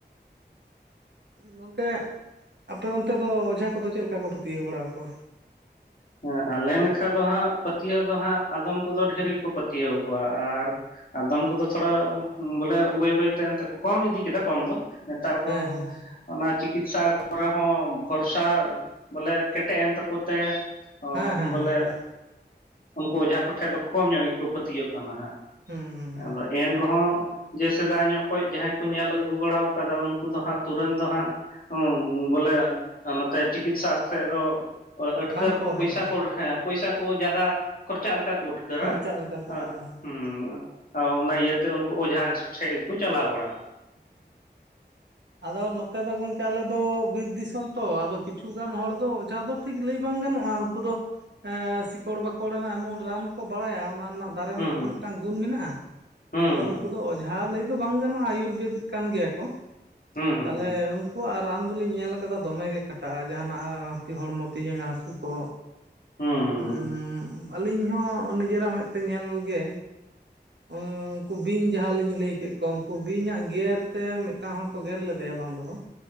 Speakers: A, on the right; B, on the left.
A: ᱜᱚᱝᱠᱮ ᱟᱯᱮ ᱚᱱᱛᱮ ᱫᱚ ᱚᱡᱷᱟ ᱠᱚᱫᱚ ᱪᱮᱫ ᱞᱮᱠᱟ ᱠᱚ ᱯᱟᱹᱛᱭᱟᱹᱣ ᱵᱟᱲᱟᱣ ᱠᱚᱣᱟ?
B: ᱦᱮᱸ ᱟᱞᱮ ᱱᱟᱠᱷᱟ ᱫᱚ ᱦᱟᱸᱜ ᱯᱟᱹᱛᱭᱟᱹᱣ ᱫᱚ ᱦᱟᱸᱜ ᱟᱫᱚᱢ ᱠᱚᱫᱚ ᱰᱷᱮᱨ ᱜᱮᱠᱚ ᱯᱟᱹᱛᱭᱟᱹᱣ ᱟᱠᱚᱣᱟ ᱟᱨ ᱟᱫᱚᱢ ᱠᱚᱫᱚ ᱛᱷᱚᱲᱟ ᱵᱚᱞᱮ ᱵᱟᱹᱭ ᱵᱟᱹᱭ ᱛᱮ ᱮᱱᱛᱮ ᱠᱚ ᱠᱚᱢ ᱤᱫᱤ ᱠᱮᱫᱟ ᱠᱚᱢ ᱫᱚ ᱱᱮᱛᱟᱨ ᱫᱚ
A: ᱦᱮᱸ ᱦᱮᱸ
B: ᱚᱱᱟ ᱪᱤᱠᱤᱛᱥᱟ ᱠᱚᱨᱮ ᱦᱚᱸ ᱵᱷᱚᱨᱥᱟ ᱵᱚᱞᱮ ᱠᱮᱴᱮᱡ ᱮᱱ ᱛᱟᱠᱚ ᱛᱮ ᱚ
A: ᱦᱮᱸ ᱦᱮᱸ ᱦᱮᱸ
B: ᱵᱚᱞᱮ
A: ᱦᱮᱸ ᱦᱮᱸ
B: ᱩᱱᱠᱩ ᱚᱡᱷᱟ ᱠᱚᱴᱷᱮᱡ ᱫᱚ ᱠᱚᱢ ᱧᱚᱜ ᱜᱮᱠᱚ ᱯᱟᱹᱛᱭᱟᱹᱜ ᱠᱟᱱᱟ ᱦᱟᱸᱜ
A: ᱦᱩᱸ ᱦᱩᱸ ᱦᱩᱸ
B: ᱟᱫᱚ ᱮᱱ ᱨᱮᱦᱚᱸ ᱡᱮ ᱥᱮᱫᱟᱭ ᱧᱚᱜ ᱠᱷᱚᱡ ᱡᱟᱦᱟᱸᱭ ᱠᱚ ᱧᱮᱞ ᱟᱹᱜᱩ ᱵᱟᱲᱟᱣ ᱠᱟᱫᱟ ᱩᱱᱠᱩ ᱫᱚ ᱦᱟᱸᱜ ᱛᱩᱨᱟᱹᱱ ᱫᱚ ᱦᱟᱸᱜ ᱦᱩᱸ ᱵᱚᱞᱮ ᱱᱚᱛᱮ ᱪᱤᱠᱤᱛᱥᱟ ᱥᱮᱫ ᱫᱚ ᱠᱟᱨ
A: ᱵᱟᱝᱠᱚ
B: ᱠᱚ ᱯᱚᱭᱥᱟ
A: ᱦᱮᱡ
B: ᱠᱚ ᱦᱮᱸ ᱯᱚᱭᱥᱟ ᱠᱚ ᱡᱟᱫᱟ ᱠᱷᱚᱨᱪᱟ ᱞᱮᱠᱟ ᱠᱳᱰ ᱠᱟᱨᱟ
A: ᱠᱷᱚᱨᱪᱟᱜ ᱞᱮᱠᱟ ᱠᱚ
B: ᱟᱦ
A: ᱵᱩᱡᱟ ᱦᱮᱸ
B: ᱦᱩᱸ ᱚᱱᱟ ᱤᱭᱟᱹᱛᱮ ᱩᱱᱠᱩ ᱚᱡᱷᱟ ᱴᱷᱮᱫ ᱜᱮᱠᱚ ᱪᱟᱞᱟᱣ ᱵᱟᱲᱟᱜᱼᱟ
A: ᱦᱩᱸ ᱟᱫᱚ ᱱᱚᱛᱮ ᱫᱚ ᱜᱚᱝᱠᱮ ᱟᱞᱮ ᱫᱚ ᱵᱤᱨ ᱫᱤᱥᱚᱢ ᱛᱚ ᱟᱫᱚ ᱠᱤᱪᱷᱩ ᱜᱟᱱ ᱦᱚᱲ ᱫᱚ ᱚᱡᱷᱟ ᱫᱚ ᱴᱷᱤᱠ ᱞᱟᱹᱭ ᱵᱟᱝ ᱜᱟᱱᱚᱜᱼᱟ ᱩᱱᱠᱩ ᱫᱚ ᱮᱸ ᱥᱤᱠᱚᱲ ᱵᱟᱠᱚᱲ ᱨᱮᱱᱟᱜ ᱮᱢᱚᱱ ᱨᱟᱱ ᱠᱚ ᱵᱟᱲᱟᱭᱟ ᱚᱱᱟ ᱨᱮᱱᱟᱜ ᱫᱟᱨᱮ
B: ᱦᱩᱸ
A: ᱨᱮᱱᱟᱜ
B: ᱦᱩᱸ
A: ᱛᱚ ᱢᱤᱫᱴᱮᱱ ᱢᱤᱫᱴᱟᱝ ᱜᱩᱱ ᱢᱮᱱᱟᱜᱼᱟ
B: ᱦᱩᱸ
A: ᱟᱫᱚ ᱩᱱᱠᱩ ᱫᱚ ᱚᱡᱷᱟ ᱞᱟᱹᱭ ᱫᱚ ᱵᱟᱝ ᱜᱟᱱᱚᱜᱼᱟ ᱟᱭᱩᱨᱵᱮᱫ ᱠᱟᱱ ᱜᱮᱭᱟ ᱠᱚ
B: ᱦᱩᱸ ᱦᱩᱸ ᱦᱩᱸ
A: ᱛᱟᱞᱮ ᱩᱱᱠ ᱟᱠᱟᱹᱠᱩᱣᱟᱜ ᱨᱟᱱ ᱫᱚᱞᱤᱧ ᱧᱮᱞ ᱟᱠᱟᱫᱟ ᱫᱚᱢᱮᱜ ᱜᱮ ᱠᱷᱟᱴᱟᱜᱼᱟ ᱡᱟᱦᱟᱱᱟᱜ ᱦᱟ ᱛᱤ ᱦᱚᱲᱢᱚ ᱛᱤ ᱡᱟᱸᱜᱟ ᱦᱟᱹᱥᱩ ᱠᱚ᱾
B: ᱦᱩᱸ
A: ᱦᱩᱸᱻ
B: ᱦᱩᱸ
A: ᱟᱹᱞᱤᱧ ᱦᱚᱸ ᱱᱤᱡᱮᱨᱟᱜ ᱢᱮᱸᱫ ᱛᱮ ᱧᱮᱞ ᱜᱮ᱾ ᱩᱸᱻ ᱩᱱᱠᱩ ᱵᱤᱧ ᱡᱟᱦᱟᱸ ᱞᱤᱧ ᱞᱟᱹᱭ ᱠᱮᱫ ᱠᱚ ᱩᱱᱠᱩ ᱵᱤᱧᱟᱜ ᱜᱮᱨ ᱛᱮ ᱢᱤᱫᱴᱟᱝ ᱦᱚᱲ᱾ ᱠᱚ ᱜᱮᱨ ᱞᱮᱫᱮᱭᱟ ᱵᱟᱝ ᱫᱚ ᱵᱟᱝ